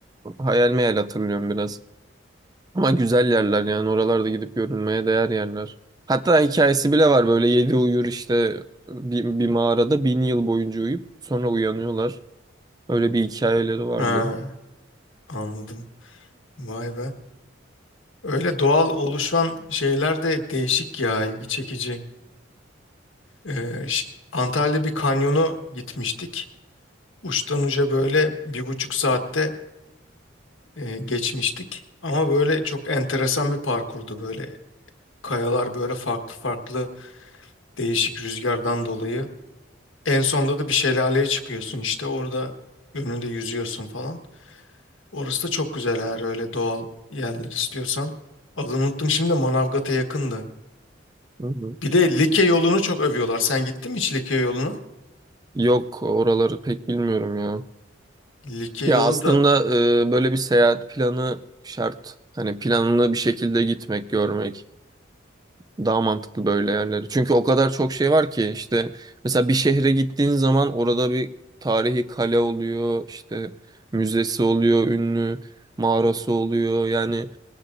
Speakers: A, on the right; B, on the left.
A: hayal meyal hatırlıyorum biraz. Ama güzel yerler yani oralarda gidip görünmeye değer yerler. Hatta hikayesi bile var böyle yedi uyur işte bir, bir mağarada bin yıl boyunca uyuyup sonra uyanıyorlar. Öyle bir hikayeleri vardı.
B: Ha anladım. Vay be. Öyle doğal oluşan şeyler de değişik ya ilgi çekici. Ee, ş- Antalya'da bir kanyona gitmiştik. Uçtan uca böyle bir buçuk saatte e, geçmiştik. Ama böyle çok enteresan bir parkurdu böyle. Kayalar böyle farklı farklı değişik rüzgardan dolayı. En sonda da bir şelaleye çıkıyorsun işte orada önünde yüzüyorsun falan. Orası da çok güzel eğer öyle doğal yerler istiyorsan. Adını unuttum şimdi de Manavgat'a yakındı.
A: Hı hı.
B: Bir de Likya yolunu çok övüyorlar. Sen gittin mi hiç Likya yoluna?
A: Yok oraları pek bilmiyorum ya.
B: Likya
A: Ya
B: yolu
A: aslında
B: da
A: e, böyle bir seyahat planı şart. Hani planlı bir şekilde gitmek, görmek. Daha mantıklı böyle yerleri. Çünkü o kadar çok şey var ki işte mesela bir şehre gittiğin zaman orada bir tarihi kale oluyor, işte müzesi oluyor, ünlü mağarası oluyor. Yani